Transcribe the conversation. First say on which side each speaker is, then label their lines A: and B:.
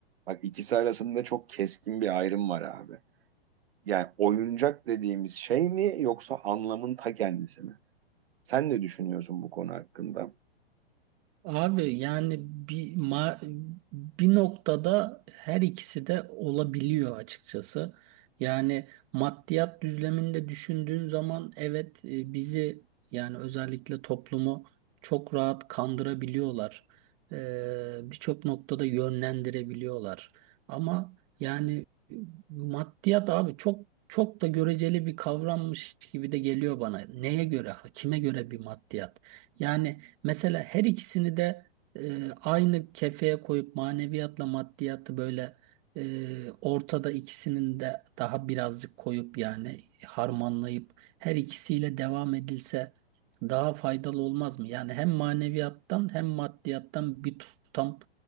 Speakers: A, on the right (about 70°); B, on the right (about 30°).
A: Bak ikisi arasında çok keskin bir ayrım var abi. Yani oyuncak dediğimiz şey mi yoksa anlamın ta kendisi mi? Sen ne düşünüyorsun bu konu hakkında?
B: Abi yani bir ma- bir noktada her ikisi de olabiliyor açıkçası. Yani maddiyat düzleminde düşündüğün zaman evet e, bizi yani özellikle toplumu çok rahat kandırabiliyorlar. Ee, birçok noktada yönlendirebiliyorlar. Ama yani e, maddiyat abi çok çok da göreceli bir kavrammış gibi de geliyor bana. Neye göre, kime göre bir maddiyat? Yani Mesela her ikisini de e, aynı kefeye koyup maneviyatla maddiyatı böyle e, ortada ikisinin de daha birazcık koyup yani harmanlayıp her ikisiyle devam edilse daha faydalı olmaz mı? Yani hem maneviyattan hem maddiyattan bir tutam